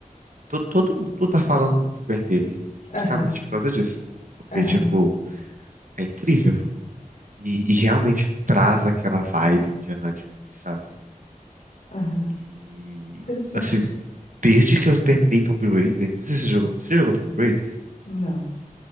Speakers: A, on the right (about 65°); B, on the left (about 65°).
A: todo, todo mundo tá falando muito bem dele,
B: Aham,
A: justamente por causa disso. Porque,
B: aham,
A: tipo, é incrível. E, e realmente traz aquela vibe Indiana Jones, sabe?
B: aham.
A: E,
B: Interessante.
A: assim, desde que eu terminei Tomb Raider, não sei se você jogou, você jogou Tomb Raider
B: Não,